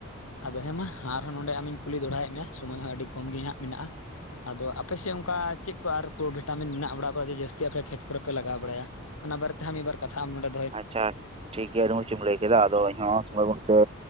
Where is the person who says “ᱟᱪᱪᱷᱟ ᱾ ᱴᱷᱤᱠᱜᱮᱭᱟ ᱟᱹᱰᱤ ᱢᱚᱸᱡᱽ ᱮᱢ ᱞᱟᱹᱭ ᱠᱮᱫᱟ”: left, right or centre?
Right